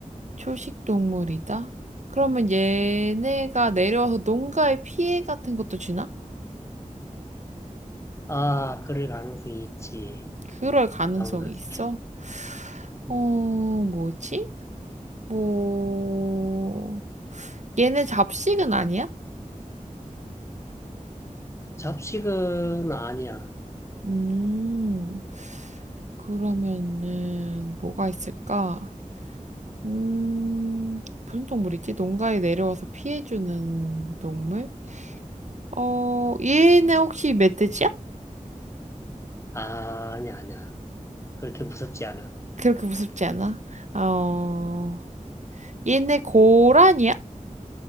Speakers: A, on the right (about 60°); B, on the left (about 20°).
A: 초식 동물이다? 그러면 얘네가 내려와서 농가에 피해 같은 것도 주나?
B: 아, 그럴 가능성이 있지.
A: 그럴 가능성이
B: 다문화지.
A: 있어? 어,
B: 응.
A: 뭐지? 뭐, 얘네 잡식은 아니야?
B: 잡식은 아니야.
A: 음, 그러면은 뭐가 있을까? 음, 무슨 동물 있지? 농가에 내려와서 피해주는 동물? 어, 얘네 혹시 멧돼지야?
B: 아, 아니야, 아니야. 그렇게 무섭지 않아.
A: 그렇게 무섭지 않아? 어, 얘네 고라니야?